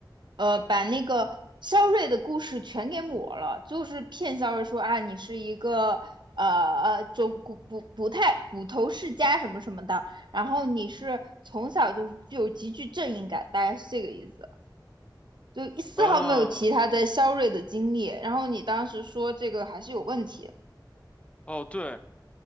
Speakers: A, on the right (about 70°); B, on the left (about 15°).
A: 呃，把那个萧睿的故事全给抹了，就是骗萧睿说啊，你是一个呃呃中捕捕捕太捕头世家什么什么的，然后你是从小就是具有极具正义感，大概是这个意思。就一丝毫没有提他在萧睿的经历，
B: 嗯，
A: 然后你当时说这个还是有问题，
B: 哦，对，